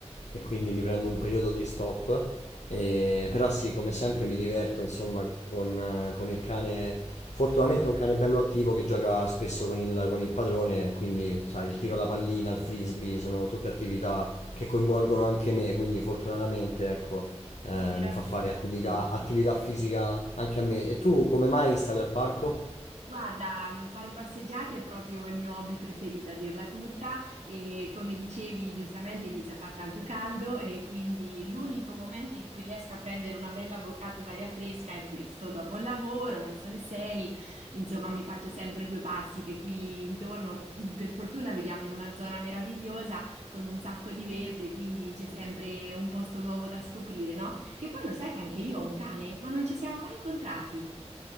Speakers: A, on the left; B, on the right.
A: e quindi mi prendo un periodo di stop e- però sì, come sempre mi diverto insomma con, con il cane. Fortunatamente è un cane bello attivo che gioca spesso con il, con il padrone, quindi sai, il tiro alla pallina, il frisbee sono tutte attività che coinvolgono anche me, quindi fortunatamente ecco, eh,
B: Che meraviglia!
A: mi fa fare attività, attività fisica anche a me. E tu come mai stavi al parco?
B: Guarda, mh, fare passeggiate è proprio il mio hobby preferito, a dirla tutta, e come dicevi giustamente inizia a far tanto caldo e quindi l'unico momento in cui riesco a prendere una bella boccata d'aria fresca è questo, dopo il lavoro, verso le sei, insomma mi faccio sempre due passi che qui intorno, mh, per fortuna viviamo in una zona meravigliosa con un sacco di verde, quindi c'è sempre un posto nuovo da scoprire, no? Che poi lo sai che anche io ho un cane, ma non ci siamo mai incontrati.